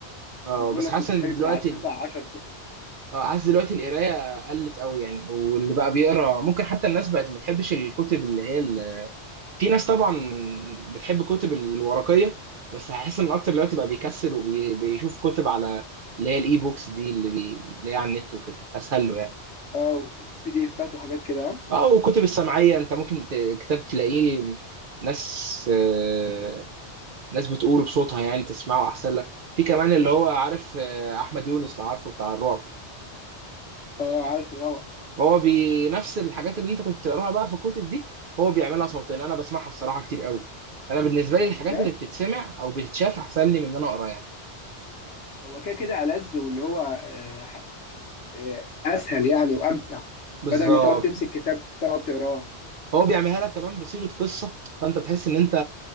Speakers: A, on the right (about 55°); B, on the left (about 75°).
A: اه
B: انا بقول
A: بس
B: لك
A: حاسس
B: كنت
A: ان
B: شاري
A: دلوقتي
B: بتاع 9 10 كتب
A: اه حاسس دلوقتي القرايه قلت قوي يعني واللي بقى بيقرا ممكن حتى الناس بقت ما بتحبش الكتب اللي هي ال... في ناس طبعا بتحب الكتب الورقيه بس هحس ان اكتر دلوقتي بقى بيكسل وبيشوف كتب على اللي هي الاي بوكس دي اللي, بي... اللي هي على النت وكده اسهل له يعني
B: اه بي دي افات وحاجات كده
A: اه وكتب السمعيه انت ممكن ت- كتاب تلاقيه ناس آه، ناس بتقوله بصوتها يعني تسمعه احسن لك في كمان اللي هو عارف آه، احمد يونس لو عارفه بتاع الرعب
B: اه عارفه طبعا
A: هو بنفس الحاجات اللي انت كنت بتقراها بقى في الكتب دي هو بيعملها صوتين انا بسمعها الصراحه كتير قوي انا بالنسبه لي الحاجات
B: بجد
A: اللي بتتسمع او بتتشاف احسن لي من ان انا اقرا يعني
B: هو كده كده ألذ واللي هو آه، ح- آه، اسهل يعني وامتع
A: بالظبط
B: بدل ما تقعد تمسك كتاب تقعد تقراه
A: هو بيعملها لك كمان بصيغه قصه فانت بتحس ان انت